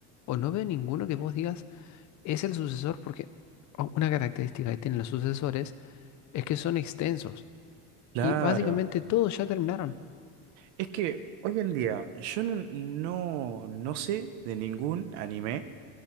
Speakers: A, on the left; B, on the right.
A: o no veo ninguno que vos digas es el sucesor porque o- una característica que tienen los sucesores es que son extensos.
B: claro.
A: Y básicamente todos ya terminaron.
B: Es que hoy en día yo no, no, no sé de ningún anime